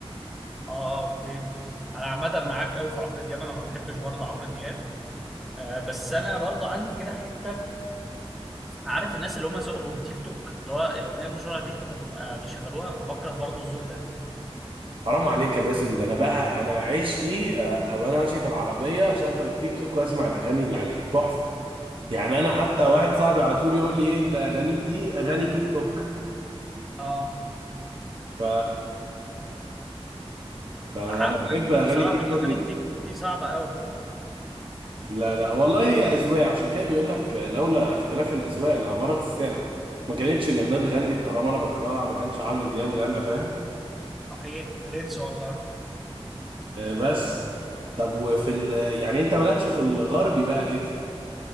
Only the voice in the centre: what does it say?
اه آه، اوكي انا عامه معاك قوي في عمرو دياب انا ما بحبش برضه عمرو دياب آه بس انا برضه عندي كده حته عارف الناس اللي هم ذوقهم تيك توك اللي هو الاغنيه المشهوره على تيك توك هتبقى بيشغلوها بكره برضه الذوق ده
اه
بحقه
يعني
بصراحه
اغاني
التيك توك دي صعبه قوي
صحيح برنس والله